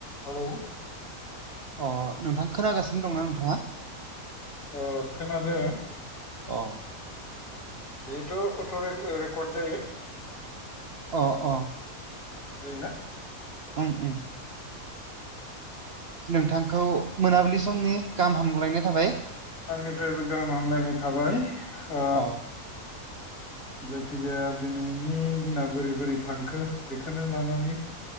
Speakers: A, on the left; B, on the right.
A: Hello
B: अ नोंथां खोनागासिनो दंना नोंथाङा?
A: अ खोनादो।
B: अ
A: बेथ' अट' रेकर्ड जायो।
B: अ अ
A: जायो ना।
B: उम उम नोंथांखौ मोनाबिलि समनि गाहाम हामलायनाय थाबाय।
A: आंनिफ्रायबो गाहाम हामलायनाय थाबाय। ओ
B: अ
A: जायखिजाया दिनैनि दिना बोरै बोरै थांखो बेखौनो लानानै।